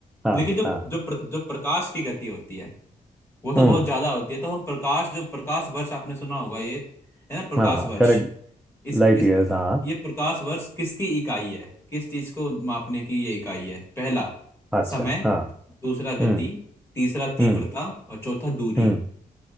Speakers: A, in the centre; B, on the left.
A: हाँ
B: लेकिन जो
A: हाँ
B: जो प्र, जो प्रकाश की गति होती है वो तो
A: हम्म
B: बहुत ज्यादा होती है तो हम प्रकाश जो प्रकाश वर्ष आपने सुना होगा ये है ना प्रकाश
A: हाँ
B: वर्ष
A: करेक्ट
B: इस
A: लाइट
B: इस
A: ईयर्स हाँ
B: ये प्रकाश वर्ष किसकी इकाई है किस चीज को मापने की ये इकाई है पहला
A: अच्छा
B: समय
A: हाँ
B: दूसरा
A: हम्म
B: गति तीसरा तीव्रता
A: हम्म
B: और चौथा दूरी
A: हम्म